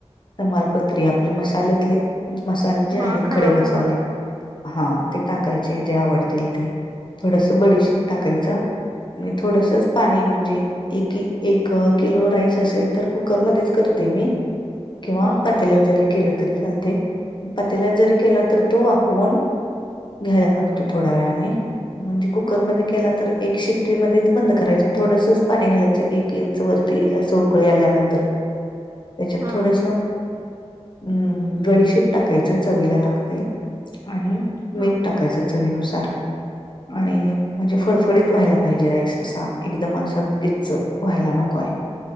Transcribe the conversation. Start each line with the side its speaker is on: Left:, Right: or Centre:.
Left: तमालपत्री आपले मसाल्यातले मसाले जे आहेत
Right: हा खडा
Left: खडे मसाले.
Right: मसाला
Left: हा ते टाकायचे जे आवडतील ते थोडस बडीशेप टाकायचा. आणि थोडसच पाणी म्हणजे एक एक किलो राईस असेल तर कुकरमध्येच करते मी. किंवा
Right: हा
Left: पात्याल्यात जरी केलं तरी चालते. पातेलात जरी केला तर तो वाफवुन घ्यायला लागतो थोड्या वेळाने. म्हणजे कुकरमध्ये
Right: हा
Left: केला तर एक शिप्टीमध्येच बंद करायचं थोडसं पाणी घालायचं एक इंच वरती येयील उकळी आल्यानंतर. त्याच्यात
Right: हा
Left: थोडस अम्म बडीशेप. टाकायचं चवीला लागते. आणि
Right: हा
Left: मीठ टाकायचं चवीनुसार. आणि म्हणजे फडफडीत व्हायला पाहिजे राईस असा. एकदम असा गीच्च व्हायला नकोय.